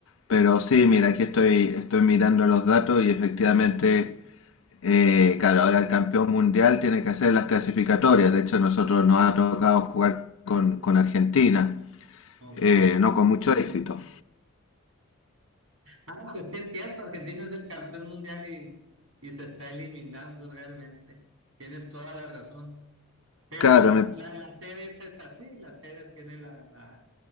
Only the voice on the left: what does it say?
Pero sí, mira, aquí estoy, estoy mirando los datos y efectivamente, eh, claro, ahora el campeón mundial tiene que hacer las clasificatorias. De hecho, nosotros nos ha tocado jugar con, con Argentina,
eh,
no con mucho éxito.
Claro,
me-